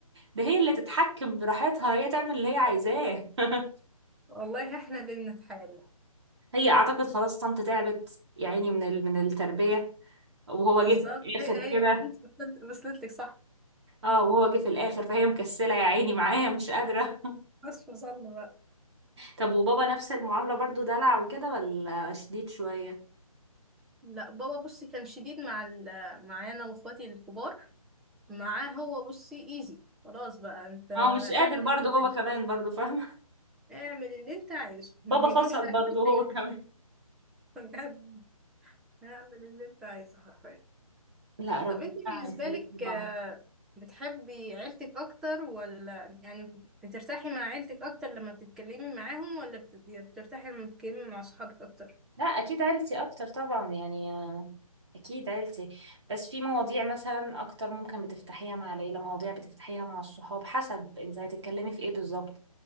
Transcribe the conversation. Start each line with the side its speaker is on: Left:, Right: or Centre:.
Right: ده هي اللي تتحكم براحتها هي تعمل اللي هي عايزاه <laughs>
Centre: والله احنا اللي بنتحايل
Right: هي اعتقد خلاص طنط تعبت يا عيني من ال... من التربيه وهو
Centre: بالظبط
Right: جه في الاخر
Centre: هي هي
Right: كده
Centre: انت وصلت وصلت لك صح
Right: اه وهو جه في الاخر فهي مكسله يا عيني معاه مش قادره
Centre: بس وصلنا بقى
Right: طب وبابا نفس المعاملة برضو دلع وكده ولا شديد شوية
Centre: لا بابا بصي كان شديد مع ال... معايا انا واخواتي الكبار معاه هو بصي ايزي خلاص بقى انت
Right: هو مش قادر
Centre: اعمل
Right: برضه
Centre: اللي انت
Right: هو
Centre: عايزه
Right: كمان برضه فاهمة
Centre: اعمل اللي انت عايزه
Right: <laughs>
Centre: ما
Right: بابا
Centre: بيهونش
Right: فصل
Centre: عليك
Right: برضه هو
Centre: حتى
Right: كمان
Centre: يمشي. بجد اعمل اللي انت عايزه حرفيا
Right: لا رب
Centre: طب انت بالنسبة
Right: آه يخليك
Centre: لك
Right: لبعض
Centre: آه، بتحبي عيلتك اكتر ولا يعني بترتاحي مع عيلتك اكتر لما بتتكلمي معاهم ولا بت- بترتاحي لما بتتكلمي مع صحابك اكتر
Right: لا اكيد عيلتي اكتر طبعا يعني آه، اكيد عيلتي بس في مواضيع مثلا اكتر ممكن بتفتحيها مع العيله مواضيع بتفتحيها مع الصحاب حسب انت هتتكلمي في ايه بالظبط